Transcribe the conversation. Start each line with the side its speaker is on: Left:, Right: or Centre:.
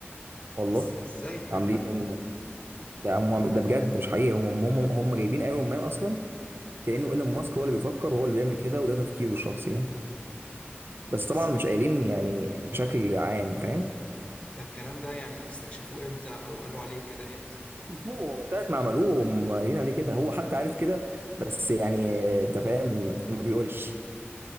Right: والله
Left: إز- ازاي الكلام
Right: عاملين
Left: ده؟
Right: ان ده هم ده بجد مش حقيقي هم هم هم جايبين ايرون مان اصلا كأنه ايلون ماسك هو اللي بيفكر وهو اللي بيعمل كده وده تفكيره الشخصي يعني بس طبعا
Left: بس
Right: مش قايلين يعني بشكل عام فاهم
Left: ده الكلام ده يعني استكشفوه امتى او قالوا عليه كده امتى
Right: بشكل فوق هو من ساعة ما عملوه هم قايلين عليه كده هو حتى عارف كده بس يعني انت فاهم ما بيقولش